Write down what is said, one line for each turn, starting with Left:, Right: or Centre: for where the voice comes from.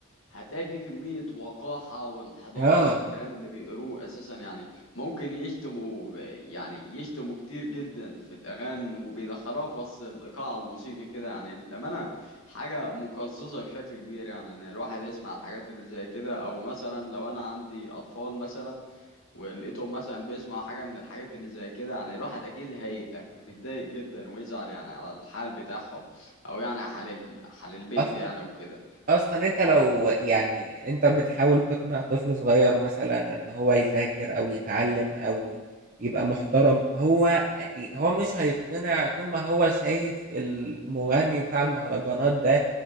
Left: هتلاقي فيه كمية وقاحة وانحدار
Right: اه
Left: في الكلام اللي بيقروه أساسا يعني ممكن يشتموا يعني يشتموا كتير جدا في الأغاني وبيدخلوها في وسط الإيقاع الموسيقي كده يعني للأمانة حاجة مقززة بشكل كبير يعني إن الواحد يسمع الحاجات اللي زي كده أو مثلا لو أنا عندي أطفال مثلا ولقيته مثلا بيسمع حاجة من الحاجات اللي زي كده يعني الواحد أكيد هيبقى متضايق جدا ويزعل يعني على الحال بتاعهم أو يعني حال ال... حال البيت
Right: اصلا
Left: يعني وكده
Right: اصلا انت لو يعني انت بتحاول تقنع طفل صغير مثلا ان هو يذاكر او يتعلم او يبقى محترم هو هو مش هيقتنع طول ما هو شايف المغني بتاع المهرجانات ده